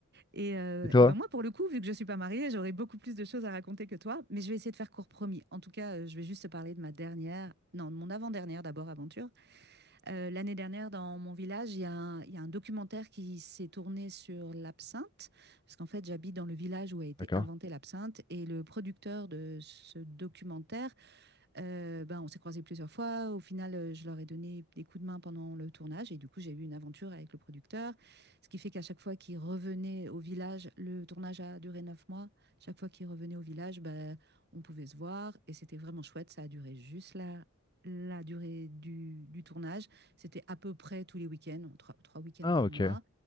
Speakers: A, on the right; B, on the left.
A: Et,
B: <laughs>
A: euh,
B: Et toi?
A: et ben moi, pour le coup, vu que je suis pas mariée, j'aurais beaucoup plus de choses à raconter que toi, mais je vais essayer de faire court promis. En tout cas, euh, je vais juste te parler de ma dernière, non, de mon avant-dernière d'abord aventure. Euh, l'année dernière, dans mon village, il y a un, il y a un documentaire qui s'est tourné sur l'absinthe, parce qu'en fait, j'habite dans le village où a été
B: D'accord.
A: inventée l'absinthe, et le producteur de ce documentaire euh, ben, on s'est croisés plusieurs fois. Au final, euh, je leur ai donné des coups de main pendant le tournage et du coup, j'ai eu une aventure avec le producteur. Ce qui fait qu'à chaque fois qu'ils revenaient au village, le tournage a duré neuf mois. Chaque fois qu'ils revenaient au village, ben, on pouvait se voir et c'était vraiment chouette. Ça a duré juste la, la durée du, du tournage. C'était à peu près tous les week-ends, trois, trois week-ends
B: Ah
A: par
B: ok.
A: mois.